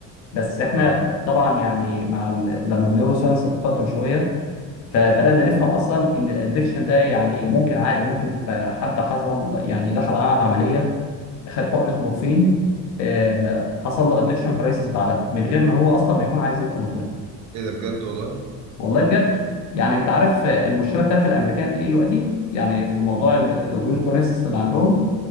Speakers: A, on the left (about 55°); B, on the right (about 55°).
A: بس إحنا
B: اه
A: طبعا يعني مع ال... لما النيورو ساينس تقدم شوية فبدأنا نفهم أصلا إن الأدكشن ده يعني ممكن عادي ممكن أنت حد حصل يعني دخل عمل عملية خد حقنة مورفين آه، حصل له أدكشن كرايسيس بعدها من غير ما هو أصلا ما يكون عايز يبقى مدمن
B: ايه ده بجد والله
A: والله بجد يعني انت عارف المشكله بتاعت الامريكان ايه دلوقتي يعني في موضوع الاوبير كوريس اللي عندهم